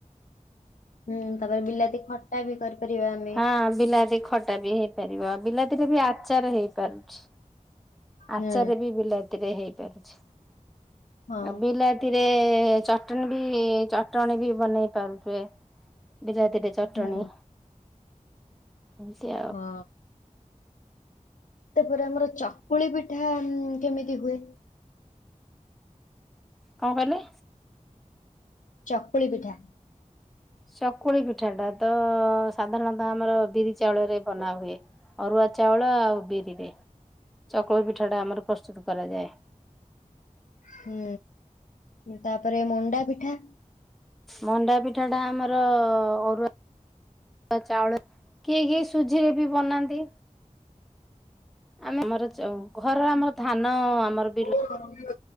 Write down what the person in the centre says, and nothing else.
ହଁ ବିଲାତି ଖ ଟା ବି ହେଇପାରିବ। ଆ, ବିଲାତିରେ ବି ଆଚାର ହେଇପାରୁଛି।
ଆଚାର ବି ବିଲା ତି ବି ହେଇପାରୁଛି।
ଆଉ ବିଲା ତିରେ ଚଟଣି ବି ଚଟଣୀ ବି ବନେଇ ପାରୁଚେ। ବିଲାତି ରେ ଚ
ଚଟଣୀ। ହଁ ସେ
କଣ କହିଲେ?
ଚକୁଳି ପିଠା ଟା ତ ସାଧାରଣତ ଆମର ବିରି ଚାଉଳରେ ବନା ହୁଏ। ଅରୁଆ ଚାଉଳ ଆଉ ବିରିରେ। ଚକୁଳି ପିଠା ଟା ଆମର ପ୍ରସ୍ତୁତ କରାଯାଏ।
ମଣ୍ଡା ପିଠା ଟା ଆମର ଅରୁଆ ଚାଉଳ କିଏ କିଏ ସୁଝି ରେ ବି ବନାନ୍ତି। ଆମେ ଆମର ଚ- ଘର ଆମର ଧାନ ଆମର ବିଲ